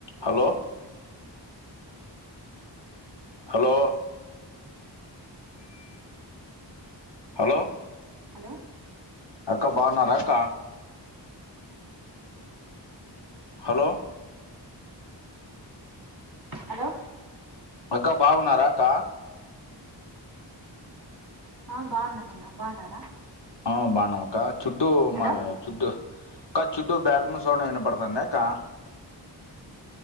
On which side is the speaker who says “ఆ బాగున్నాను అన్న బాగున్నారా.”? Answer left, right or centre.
Right